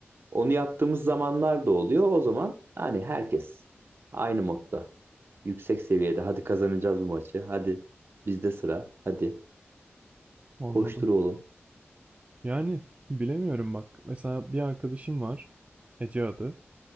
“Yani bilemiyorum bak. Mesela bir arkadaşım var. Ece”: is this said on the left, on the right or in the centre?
Right